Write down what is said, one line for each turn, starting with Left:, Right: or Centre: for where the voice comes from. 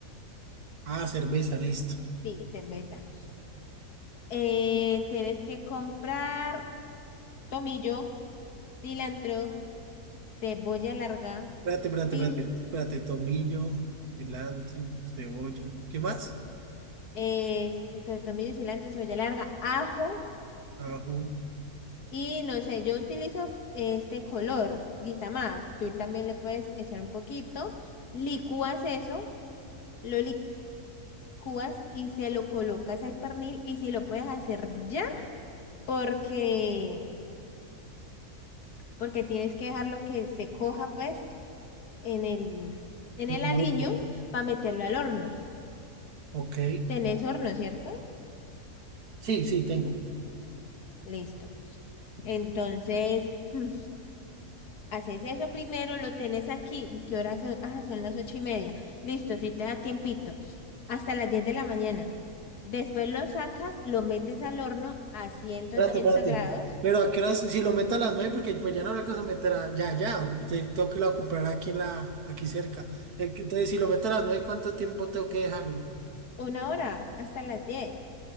Right: Ah, cerveza, listo.
Left: Sí, cerveza. Eh, tienes que comprar tomillo, cilantro, cebolla larga,
Right: Espérate, espérate,
Left: pi,
Right: espérate. Espérate, tomillo, cilantro, cebolla. ¿Qué más?
Left: eh, ce- to- tomillo, cilantro, cebolla larga, ajo
Right: Ajo.
Left: y no sé, yo utilizo f- este color, guisamá, tú también le puedes echar un poquito, licúas eso, lo licúas y se lo colocas al pernil y si lo puedes hacer ya, porque, porque tienes que dejarlo que se coja pues en el, en
Right: ajo,
Left: el aliño para meterlo al horno.
Right: Ok.
Left: Tenés horno, ¿cierto?
Right: Sí, sí, tengo.
Left: Listo. Entonces, mm, haces eso primero, lo tenés aquí. ¿Qué hora son? Ah, son las ocho y media. Listo, si te da tiempito. Hasta las 10 de la mañana. Después lo sacas, lo metes al horno a ciento
Right: Espérate,
Left: ochenta
Right: espérate.
Left: grados,
Right: Pero a qué horas, si lo meto a las nueve, porque pues ya no lo alcanzo a meter a- ya, ya. Te- Tengo que ir a comprar aquí en la, aquí cerca. Eh, que- Entonces, si lo meto a las nueve, ¿cuánto tiempo tengo que dejarlo?
Left: una hora, hasta las diez.